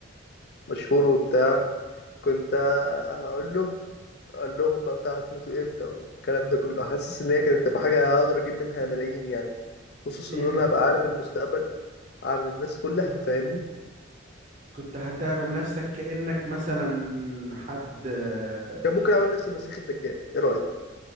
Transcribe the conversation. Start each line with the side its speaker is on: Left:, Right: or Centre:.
Left: مشهور وبتاع كنت هقول لهم اقول لهم بقى بتاع هتموتوا امتى والكلام ده كله حاسس ان هي كانت هتبقى حاجه هقدر اجيب منها ملايين يعني خصوصا
Right: ايه
Left: ان انا
Right: ده
Left: هبقى عارف المستقبل عن الناس كلها فاهمني
Right: كنت هتعمل نفسك كأنك مثلا حد آه،
Left: كان ممكن اعمل نفسي مسيح الدجال ايه رايك